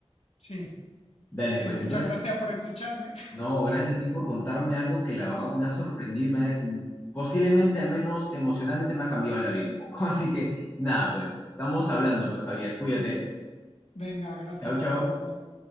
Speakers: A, on the left; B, on the left.
A: sí.
B: Dale,
A: Que
B: pues
A: muchas
B: entonces,
A: gracias por escucharme. <laughs>
B: no, gracias a ti por contarme algo que la verdad me ha sorprendido y me ha- mm, posiblemente, al menos emocionalmente, me ha cambiado la vida un poco. <laughs> Así que nada, pues estamos hablando, pues Javier, cuídate.
A: Venga, gracias,
B: Chao, chao.
A: hasta luego.